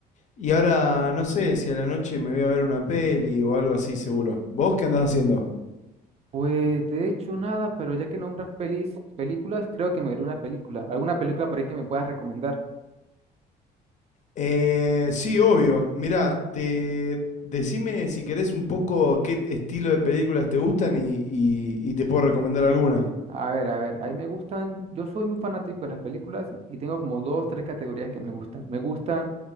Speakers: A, on the left (about 45°); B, on the right (about 40°).
A: y ahora no sé si a la noche me voy a ver una peli o algo así, seguro. ¿Vos qué andás haciendo?
B: Pues de hecho nada, pero ya que nombras pelis, películas, creo que me veré una película, alguna película por ahí que me puedas recomendar.
A: Eh, sí, obvio. Mirá, te decime si querés un poco qué estilo de películas te gustan y, y- y te puedo recomendar alguna.
B: A ver, a ver, ahí me gustan, yo soy muy fanático de las películas y y tengo como dos, tres categorías que me gustan. Me gustan